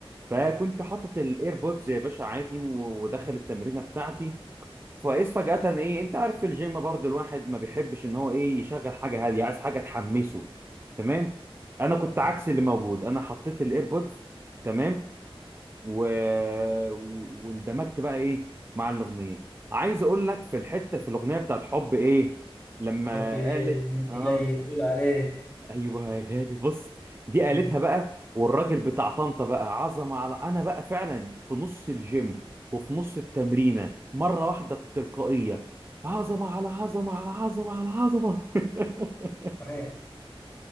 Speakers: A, on the right; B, on the left.
A: فكنت حاطط الايربودز يا باشا عادي و- ودخل التمرينه بتاعتي فاذ فجاه ايه انت عارف في الجيم برضو الواحد ما بيحبش ان هو ايه يشغل حاجه هاديه عايز حاجه تحمسه تمام انا كنت
B: صحيح
A: عكس اللي موجود انا حطيت الايربودز تمام و... و- واندمجت بقى ايه مع الاغنيه عايز اقول لك في الحته في الاغنيه بتاعت حب ايه لما
B: حبي إيه
A: قالت
B: اللي انت
A: اه
B: جاي تقول عليه
A: ايوه يا غالي بص دي قالتها
B: مم.
A: بقى والراجل بتاع طنطا بقى عظمه على انا بقى فعلا في نص الجيم وفي نص التمرينه مره واحده بتلقائيه عظمه على عظمه على عظمه على عظمه <laughs>
B: صحيح